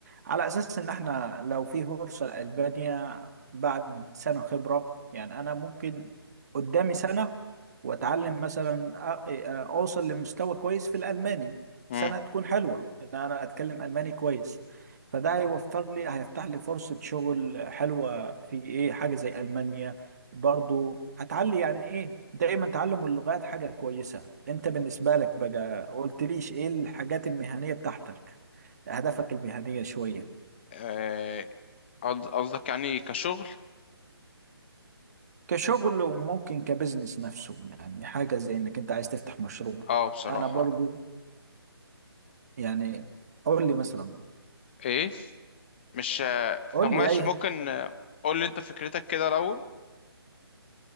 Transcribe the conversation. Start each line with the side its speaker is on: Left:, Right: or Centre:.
Right: على اساس ان احنا لو في فرصة لألبانيا بعد سنة خبرة يعني انا ممكن قدامي سنة واتعلم مثلا أ- إيه، أ- اوصل لمستوى كويس في الالماني
Left: مم.
Right: سنه تكون حلوه ان انا اتكلم الماني كويس فده هيوفر لي هيفتح لي فرصه شغل حلوه في ايه حاجه زي المانيا برضو هتعلي يعني ايه دايما تعلم اللغات حاجه كويسه انت بالنسبه لك بقى قلتليش ايه الحاجات المهنيه بتاعتك اهدافك المهنيه شويه
Left: آه، قصد- قصدك يعني كشغل
Right: كشغل وممكن كبزنس نفسه يعني حاجه زي انك انت عايز تفتح مشروع
Left: اه بصراحة
Right: انا برضو يعني قول لي مثلا
Left: ايه مش
Right: قول
Left: طب ماشي
Right: لي اي
Left: ممكن قول لي انت فكرتك كده الاول